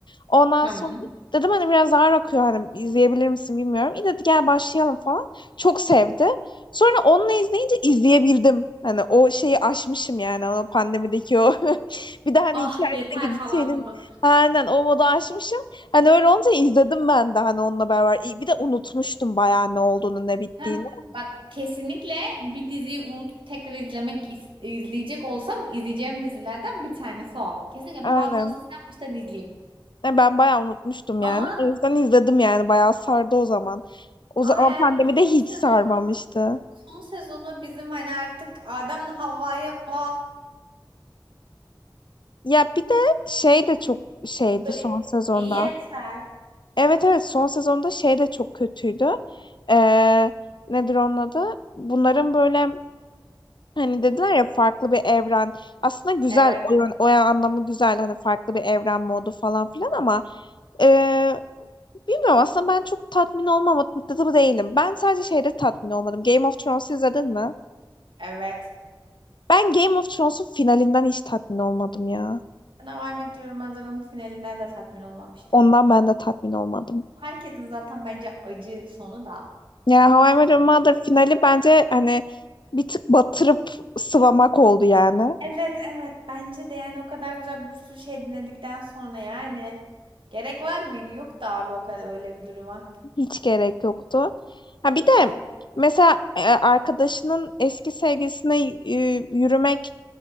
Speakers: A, on the left; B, on the right.
A: Ondan
B: Tamam.
A: sonra dedim hani biraz ağır akıyor hani izleyebilir misin bilmiyorum. İyi dedi gel başlayalım falan. Çok sevdi. Sonra onunla izleyince izleyebildim. Hani o şeyi aşmışım yani o pandemideki o. <laughs> Bir de hani
B: Ah
A: hikayene
B: yeter falan
A: gideceğim.
B: mı?
A: Aynen o modu aşmışım. Hani öyle olunca izledim ben de hani onunla beraber. İ- Bir de unutmuştum bayağı ne olduğunu ne bittiğini.
B: Heh, bak kesinlikle bir diziyi unutup tekrar izlemek is- izleyecek olsam izleyeceğim dizilerden bir tanesi o. Kesinlikle bir
A: Aynen.
B: hafızamın sistem baştan izleyeyim.
A: Ya Ben bayağı unutmuştum
B: Ama
A: yani. O yüzden izledim yani bayağı sardı o zaman. O
B: ama
A: zaman
B: yani
A: pandemide
B: son
A: hiç
B: sezonu
A: sarmamıştı.
B: son sezonu bizim hani artık Adem'le Havva'ya bağlı
A: Ya bir de şey de çok şeydi
B: bölüm.
A: son sezonda.
B: E yeter.
A: Evet evet son sezonda şey de çok kötüydü. Ee, nedir onun adı? Bunların böyle hani dediler ya farklı bir evren. Aslında güzel
B: Evet,
A: o, yön- o anlamı güzel hani farklı bir evren modu falan filan ama Ee, bilmiyorum aslında ben çok tatmin olmadım değilim. Ben sadece şeyde tatmin olmadım. Game of Thrones izledin mi?
B: evet.
A: Ben Game of Thrones'un finalinden hiç tatmin olmadım ya.
B: Ben How I Met Your Mother'ın finalinden de tatmin olmamıştım.
A: Ondan ben de tatmin olmadım.
B: Herkesin zaten bence acı sonu da.
A: Yani How I Met Your Mother finali bence hani bir tık batırıp sıvamak oldu yani.
B: Evet evet bence de yani o kadar güzel bir sürü şey dinledikten sonra yani gerek var mıydı? yok da abi o kadar öyle bir duruma.
A: Hiç gerek yoktu. Ha bir de
B: Ben...
A: mesela e, arkadaşının eski sevgilisine e, yürümek